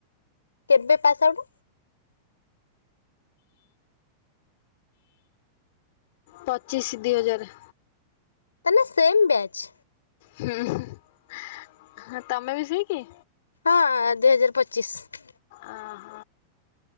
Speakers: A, on the left; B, on the left.
A: କେବେ ପାସ୍ ଆଉଟ୍?
B: ପଚିଶି ଦି ହଜାରେ।
A: ତାହେନେ ସେମ୍ ବ୍ୟାଚ୍।
B: ହୁଁ ହୁଁ, ତମେ ମିସେଇକି?
A: ହଁ, ଦିଇ ହଜାର ପଚିଶି।
B: ଆହ।